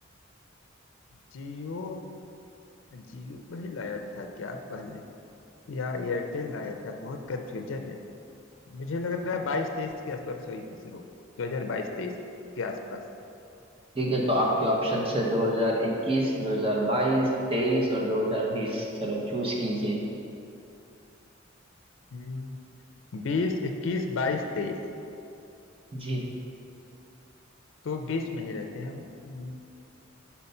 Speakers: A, on the left; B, on the right.
A: जियो जियो ही लाया था क्या पहले या एयरटेल लाया था बहुत कंफ्यूजन है मुझे लग रहा है बाईस तेईस के आसपास हुई थी शुरू दो हजार बाईस तेईस के आसपास
B: ठीक है तो आपके ऑप्शन से 2021 2022 23 और 2020 चलो चूज कीजिए
A: हम्म बीस इक्कीस बाईस तेईस
B: जी
A: तो बीच में ही रहते हैं हम। हम्म,